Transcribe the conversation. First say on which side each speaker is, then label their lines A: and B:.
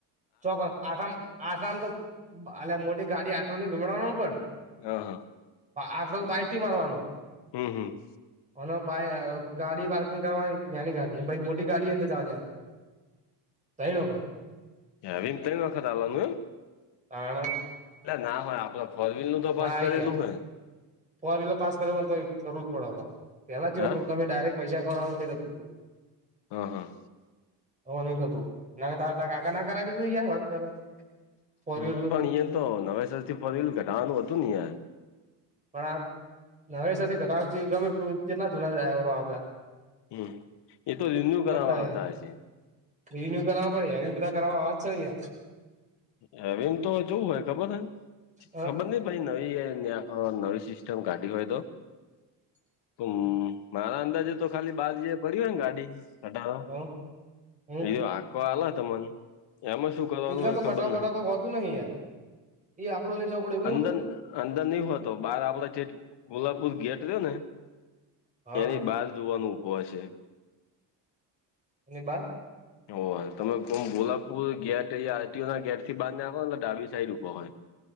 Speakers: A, on the right; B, on the left.
A: ચોક્કસ આંઠડો આંથળો તો અ મોટી ગાડી આઠની ગુમેડવાનું પણ
B: હા હા.
A: આંથડો તો બાઈક થી મારવાનો
B: હમ હમ.
A: હ ગાડી પાર્કિંગ કરવાની નાની ગાડી એમ મોટી ગાડી અંદર જવા દવાની. ત્રણ વખત
B: હ વિમ <unintelligible> તણ વખત આાલવાનુ એમ
A: તાણે
B: એ ના હોય આપડે ફોરવીલ નું તો પાસ
A: આઈ
B: કરેલું
A: યાર
B: હોય
A: ફોર વ્હીલર પાસ કર તો જરૂર જ પડે પેલા કેવું
B: હા
A: હતું તમે ડાયરેક્ટ પૈસા ખરવાો થઈ જતું હતું.
B: હા હા.
A: હ નહી થતું ના કાકા ના કરાવી દેધું યા વાત કરો. ફોર
B: હ
A: વ્હીલર નું
B: પણ અ તો નવા સરથી ફરેલું ઘઢાવાનું હતું ને.
A: પણ આ હવે ઘ ગમે કેટલા જુલા જ
B: હમ એ તો રિન્યુ કર આવતા
A: થાય
B: હશે.
A: રિન્યુ કરાવ પડે એ બધા કર કરવા આવવાજ છે ને યાર.
B: એમ તો જોવું હોય ખબર છે
A: યાર
B: ખબર નહીં પ નવી નવી સિસ્ટમ કાઢી હોય તો હ મારા અંદાજે તો ખાલી બાર જ પર હોય ને ગાડી ટો
A: હ હ હમ
B: એજ હાંકવા આલે તને એમાં શું કરવાનું
A: એકન તો ખટાવ
B: ખબર
A: બટાકો હોતું નહિ યાર એ આપડું લઈને જવું પડે એવું નહિ
B: અંદર
A: હોતું
B: અંદર નહીં હોતો બહાર આપડે છે કોલ્પુર ગેટ રહ્યો ને
A: હા
B: એની બહાર જોવાનું ઊભો હશે.
A: એની બહાર
B: ઓ તમે કોમ ગોલાપુર ગેટ અયા આરટીઓ ના ગેટ થી બાંધ નાખો ને ડાબી સાઈડ ઉપર હ